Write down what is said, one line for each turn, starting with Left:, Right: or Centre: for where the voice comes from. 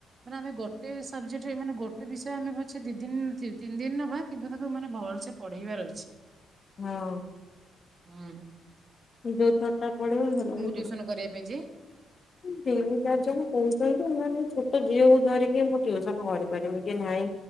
Right: ମାନେ ଆମେ ଗୋଟେ ସବଜେକ୍ଟରେ ମାନେ ଗୋଟେ ବିଷୟ ଆମେ ପଛେ ଦି ଦିନ ତିନି ଦିନ ନବା କିନ୍ତୁ ତାକୁ ମାନେ ଭଲସେ ପଢେଇବାର ଅଛି।
Left: ହଁ
Right: ହଁ
Left: ଯୋଉ ଟା ପଡିବ ଭଲ ହ
Right: ଟିଉସନ କରିବା ପାଇଁ ଯେ?
Left: ତିନି ଚାରି ଜଣ କହୁଛନ୍ତି ମାନେ ଛୋଟ ଝିଅ ହ ଧରିକି ମୁଁ ଟ୍ୟୁସନ କରିପାରିବି କି ନାଇଁ,